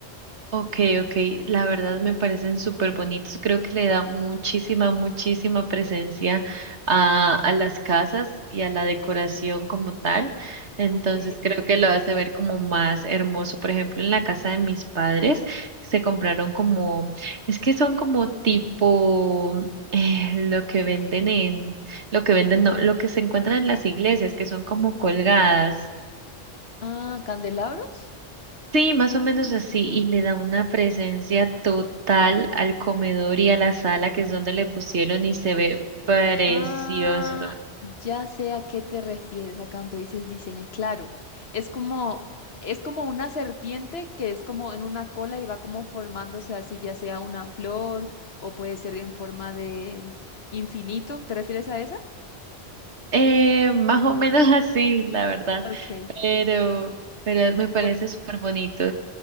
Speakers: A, on the right (about 80°); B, on the left (about 65°).
A: Ok, ok, la verdad me parecen súper bonitos. Creo que le da muchísima, muchísima presencia a, a las casas y a la decoración como tal. Entonces
B: Ok.
A: creo que lo hace ver como más hermoso. Por ejemplo, en la casa de mis padres se compraron como, es que son como tipo eh, lo que venden en, lo que venden, no, lo que se encuentran en las iglesias, que son como colgadas.
B: Ah, candelabros.
A: Sí, más o menos así, y le da una presencia total al comedor y a la sala, que es donde le pusieron, y se ve precioso.
B: Ah, ya sé a qué te refieres a cuando dices diseño. Claro, es como, es como una serpiente que es como en una cola y va como formándose así, ya sea una flor o puede ser en forma de infinito. ¿Te refieres a esa?
A: Eh, más o menos <laughs> así, la verdad,
B: Ok,
A: pero, pero me parece
B: bueno,
A: súper bonito.